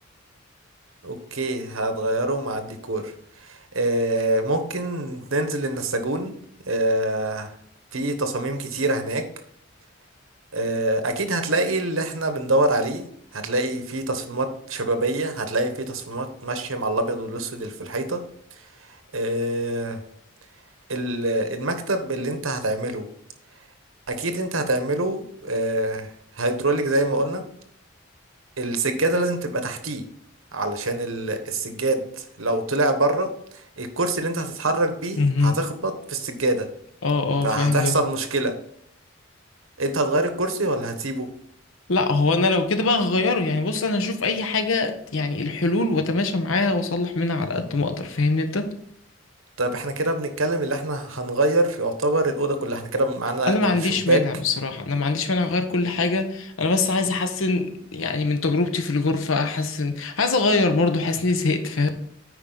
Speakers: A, on the right (about 80°); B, on the left (about 80°).
A: اوكي هتغيره مع الديكور آه، ممكن ننزل النساجون آه، في تصاميم كتيرة هناك آه، أكيد هتلاقي اللي احنا بندور عليه هتلاقي في تصميمات شبابية هتلاقي في تصميمات ماشية مع الأبيض والأسود اللي في الحيطة آه، ال- المكتب اللي انت هتعمله أكيد انت هتعمله آه، هيدروليك زي ما قلنا السجادة لازم تبقى تحتيه علشان ال- السجاد لو طلع بره الكرسي اللي انت هتتحرك بيه
B: مهم.
A: هتخبط في السجادة
B: اه
A: فهتحصل
B: اه فاهم ده
A: مشكلة انت هتغير الكرسي ولا هتسيبه
B: لا هو انا لو كده بقى هغيره يعني بص انا هشوف اي حاجه يعني الحلول واتماشى معاها واصلح منها على قد ما اقدر فاهمني انت
A: طب احنا كده بنتكلم اللي احنا هنغير في يعتبر الأوضة كلها احنا كده معانا
B: انا ما
A: الشباك
B: عنديش مانع بصراحه انا ما عنديش مانع اغير كل حاجه انا بس عايز احسن يعني من تجربتي في الغرفه احسن عايز اغير برضو حاسس اني زهقت فاهم